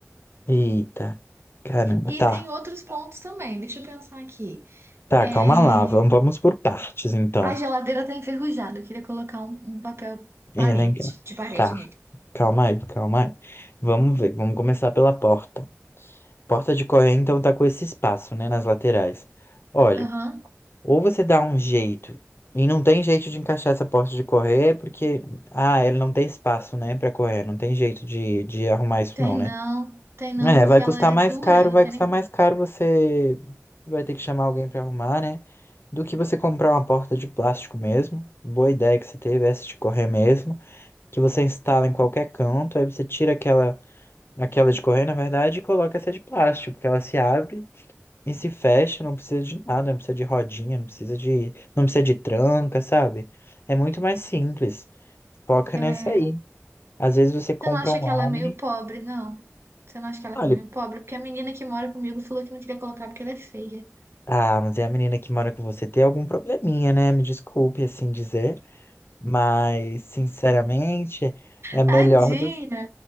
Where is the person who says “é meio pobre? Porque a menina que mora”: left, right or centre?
Right